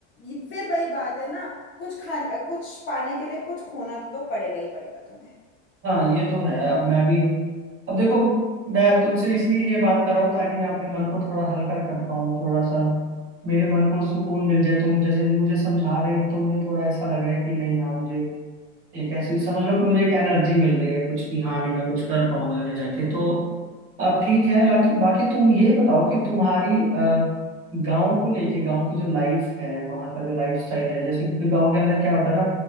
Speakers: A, on the left; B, on the right.
A: ये- फिर वही बात है ना कुछ खान कुछ पाने के लिए कुछ खोना तो पड़ेगा ही पड़ेगा तुम्हें
B: हाँ ये तो है अब मैं भी अब देखो मैं अब तुमसे इसलिए ये बात कर रहा हूँ ताकि मैं अपने मन को थोड़ा हल्का कर पाऊँ थोड़ा सा मेरे मन को सुकून मिल जाए तुम जैसे मुझे समझा रही हो तो मुझे थोड़ा ऐसा लग रहा है कि नहीं हाँ मुझे एक ऐसी समझ लो कि मुझे एक एनर्जी मिल रही है कुछ की हाँ नहीं मैं कुछ कर पाऊंगा आगे जाके तो अब ठीक है लाकि- बाकी तुम ये बताओ कि तुम्हारी गांव को लेके गांव की जो लाइफ है वहाँ का जो लाइफ स्टाइल है जैसे क्योंकि गांव के अंदर क्या होता है ना